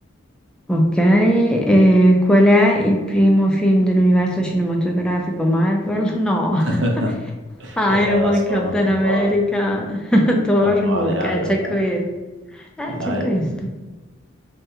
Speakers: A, in the centre; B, on the right.
A: Ok, eh, qual è il primo film dell'universo cinematografico Marvel? <laughs> No,
B: <laughs>
A: <laughs> Iron
B: Vabbè,
A: Man,
B: la so,
A: Captain
B: non
A: America,
B: vale,
A: <laughs> Thor,
B: non vale
A: Hulk, eh,
B: Iron
A: c'è
B: Man.
A: qui. Eh,
B: È Iron
A: c'è questo.
B: Man.